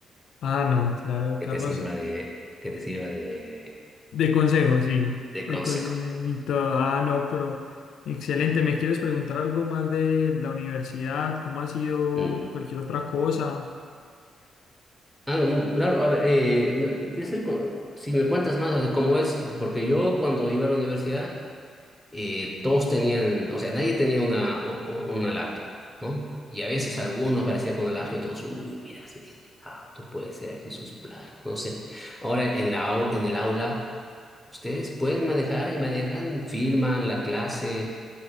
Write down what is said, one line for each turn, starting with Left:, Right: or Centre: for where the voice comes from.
Left: Ah, no, claro,
Centre: Que
Left: Carlos.
Centre: te sirva de, que te sirva de,
Left: De consejo, sí.
Centre: de
Left: De
Centre: consejo.
Left: consejo y todo. Ah, no, pero excelente. ¿Me quieres preguntar algo más de la universidad? ¿Cómo ha sido
Centre: Mm.
Left: cualquier otra cosa?
Centre: Ah, mm, claro, a ver, eh, no, y quiero saber co- si me cuentas más, o sea, cómo es, porque yo cuando iba a la universidad, eh, todos tenían, o sea, nadie tenía una, u- u- una laptop, ¿no? Y a veces algunos aparecían con una laptop y todos, uy, mira, se tiene laptop, puede ser aquí sus planos, no sé. Ahora en la, au- en el aula, ustedes pueden manejar y manejan, filman la clase,